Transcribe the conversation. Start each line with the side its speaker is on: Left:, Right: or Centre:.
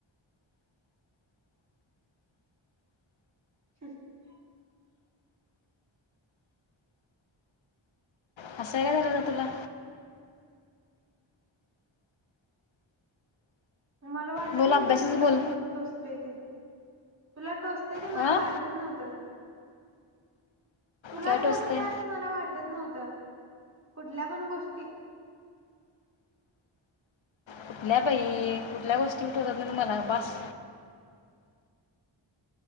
Right: <unintelligible>
Left: हसायला काय झाले तुला
Right: मला वाटत
Left: बोल
Right: नवत,
Left: अभ्यासच
Right: तुला
Left: बोल
Right: पण टोचते ते तुला टोच ते ते,
Left: हा
Right: मला वाटत नव्हतं. तुला
Left: काय टोचतंय
Right: टोचतय, असं मला वाटत नव्हतं. कुठल्या पण गोष्टी
Left: कुठल्या बाई, कुठल्या गोष्टी टोचत नाहीत मला बास.